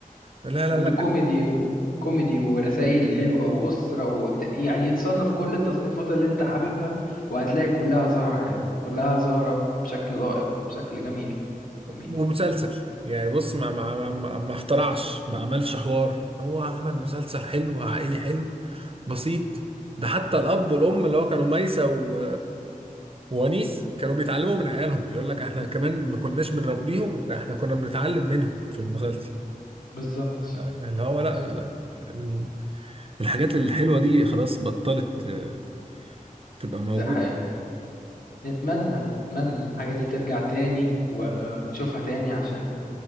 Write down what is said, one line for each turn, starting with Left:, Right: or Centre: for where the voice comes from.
Right: لا لا
Left: وده
Right: لا
Left: كوميدي وكوميدي ورسائل حلوة وأسرة وكت... يعني يتصنف كل التصنيفات اللي أنت حاببها وهتلاقي كلها زهرة حلو كلها زهرة بشكل لائق وبشكل جميل جميل
Right: ومسلسل يعني بص ما ما ما, ما ما اخترعش ما عملش حوار هو عمل مسلسل حلو عائلي حلو بسيط ده حتى الاب والام اللي هو كانوا ميسة و... وونيس كانوا بيتعلموا
Left: مم،
Right: من عيالهم يقول لك احنا كمان ما كناش بنربيهم ده احنا كنا بنتعلم منهم في المسلسل
Left: بالظبط
Right: آه، اللي
Left: بالظبط
Right: هو لا لا لا ال- الحاجات الحلوة دي خلاص بطلت آه، تبقى موجودة
Left: ده حقيقي نتمنى نتمنى الحاجة دي ترجع تاني ونشوفها تاني عشان